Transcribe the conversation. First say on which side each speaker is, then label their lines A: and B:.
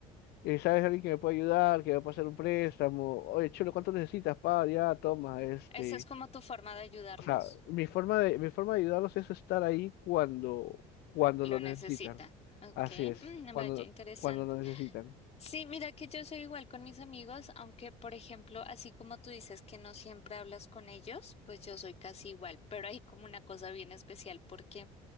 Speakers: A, on the left; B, on the left.
A: eh, ¿sabes alguien que me puede ayudar, que me puede hacer un préstamo? Oye, cholo, ¿cuánto necesitas, pa? Ya, toma, este.
B: ¿Esa es como tu forma de ayudarlos?
A: O sea, mi forma de, mi forma de ayudarlos es estar ahí cuando, cuando
B: Lo
A: lo necesitan.
B: necesita. Ok,
A: Así es,
B: mm,
A: cuando,
B: vaya, interesante.
A: cuando lo necesitan. <laughs>
B: Sí, mira que yo soy igual con mis amigos, aunque por ejemplo, así como tú dices que no siempre hablas con ellos, pues yo soy casi igual, pero hay como una cosa bien especial porque